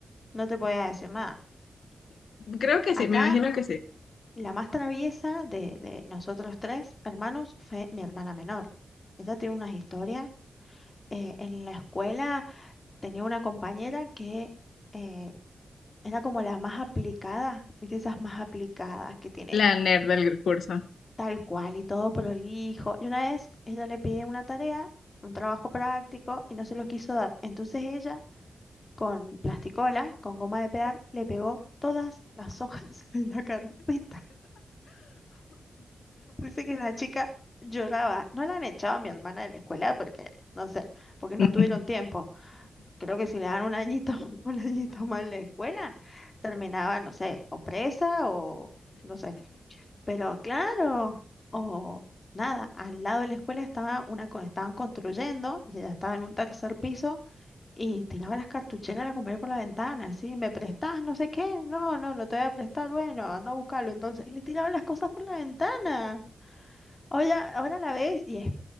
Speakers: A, on the left; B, on the left.
A: No te podía decir nada.
B: Creo que
A: Acá
B: sí, me imagino que sí.
A: La más traviesa de, de nosotros tres hermanos fue mi hermana menor. Ella tiene unas historias. eh, en la escuela tenía una compañera que eh, era como la más aplicada, ¿viste? Esas más aplicadas que tiene
B: La nerd del curso.
A: tal cual y todo prolijo. Y una vez ella le pide una tarea, un trabajo práctico, y no se lo quiso dar. Entonces ella, con plasticola, con goma de pegar, le pegó todas las hojas <laughs> de la carpeta Dice que la chica lloraba. No la han echado a mi hermana de la escuela porque, no sé, porque no
B: <laughs>
A: tuvieron tiempo. Creo que si le dan un añito, <laughs> un añito más en la escuela, terminaba, no sé, o presa o no sé. Pero claro, o nada, al lado de la escuela estaba una, co- estaban construyendo y ella estaba en un tercer piso y tiraba las cartucheras a la comer por la ventana, así, ¿me prestás? No sé qué. No, no, no te voy a prestar. Bueno, anda a buscarlo. Entonces, y le tiraba las cosas por la ventana. Ahora, ahora la ves y es